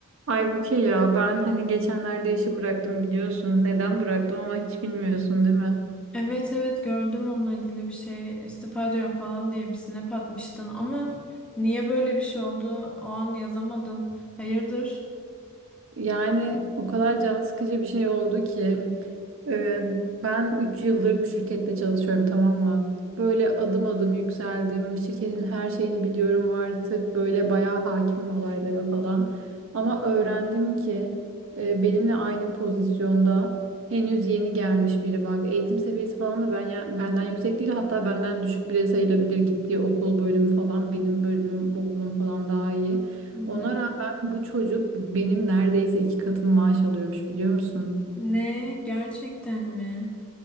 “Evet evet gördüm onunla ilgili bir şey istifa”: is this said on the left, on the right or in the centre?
Centre